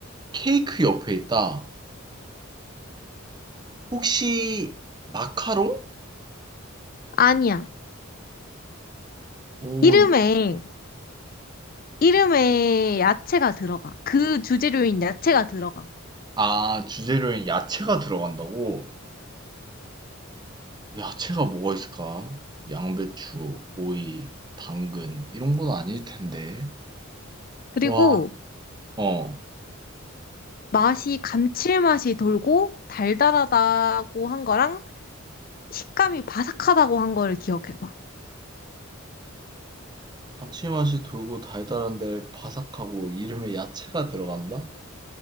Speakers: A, on the right; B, on the left.
A: 케이크 옆에 있다. 혹시 마카롱?
B: 아니야.
A: 오,
B: 이름에, 이름에 야채가 들어가. 그 주재료인 야채가 들어가.
A: 아, 주재료엔 야채가 들어간다고? 야채가 뭐가 있을까? 양배추, 오이, 당근 이런 건 아닐 텐데.
B: 그리고
A: 와, 어.
B: 맛이 감칠맛이 돌고 달달하다고 한 거랑 식감이 바삭하다고 한 거를 기억해봐.
A: 감칠맛이 돌고 달달한데 바삭하고 이름에 야채가 들어간다?